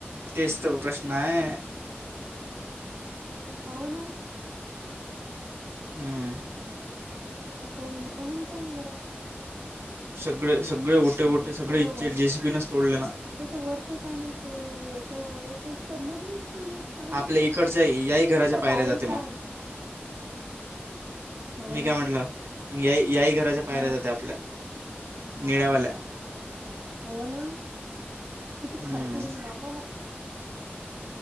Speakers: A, on the right (about 80°); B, on the right (about 50°).
A: तेच तर प्रश्न आहे.
B: हो ना.
A: हम्म.
B: आता येल म्हणून पहिल गड्या.
A: सगळे सगळे ओटे
B: म्हणजे
A: ओटे सगळे
B: सगळं
A: इच्छे
B: वर
A: जेसीबीनच तोडले ना
B: ते तू वर तेच आहे ना ते हच्या याचे संबंधच <unintelligible> आणि
A: आपल्या इकडच्या याही
B: फक्त
A: घराच्या
B: त्या
A: पायऱ्या
B: पायरीच
A: जाते मग
B: आहे हो
A: मी
B: ना
A: काय म्हटल. मग या याही घराच्या पायऱ्या
B: हां
A: जाते आपल्या
B: बापरे
A: निळ्यावाल्या
B: बाप हो ना? किती
A: हम्म
B: खर्च येईल बाप